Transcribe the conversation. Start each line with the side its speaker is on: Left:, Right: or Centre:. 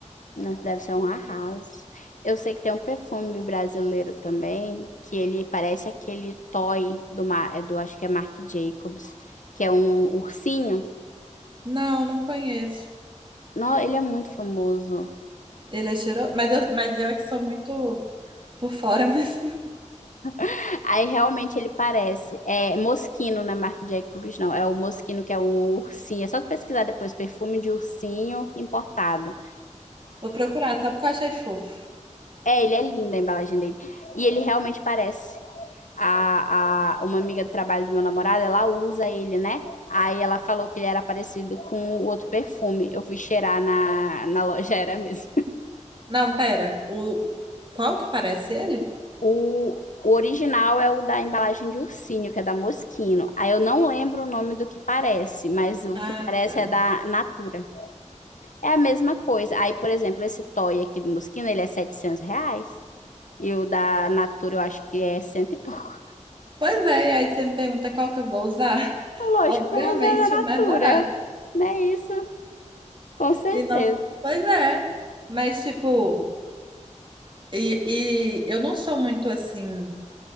Left: Nossa, deve ser um arraso. Eu sei que tem um perfume brasileiro também, que ele parece aquele Toy do, Ma- é do acho que é Marc Jacobs, que é um ursinho.
Right: Não, não conheço.
Left: Não, ele é muito famoso.
Right: Ele é cheiroso, mas eu, mas eu é que sou muito por fora <laughs> mesmo.
Left: <laughs> Aí realmente ele parece. É Moschino, não é Marc Jacobs, não. É o Moschino, que é um ursinho. É só tu pesquisar depois, perfume de ursinho importado.
Right: Vou procurar, sabe o que eu achei fofo?
Left: É, ele é lindo a embalagem dele. E ele realmente parece. A, a, uma amiga do trabalho do meu namorado, ela usa ele, né? Aí ela falou que ele era parecido com o outro perfume. Eu fui cheirar na, na loja, <laughs> era mesmo.
Right: Não, pera. O qual que parece ele?
Left: O, o original é o da embalagem de ursinho, que é da Moschino. Aí eu não lembro o nome do que parece, mas o
Right: Ah,
Left: que parece
Right: tá.
Left: é da Natura. É a mesma coisa. Aí, por exemplo, esse toy aqui do Moschino, ele é 700 reais. E o da Natura, eu acho que é cento e pouco.
Right: Pois é, aí você me pergunta qual que eu vou usar. <laughs>
Left: Lógico
Right: Obviamente
Left: que eu vou usar da Natura,
Right: o mais barato.
Left: né? Isso, com certeza.
Right: E não, pois é, mas tipo, e, e eu não sou muito assim.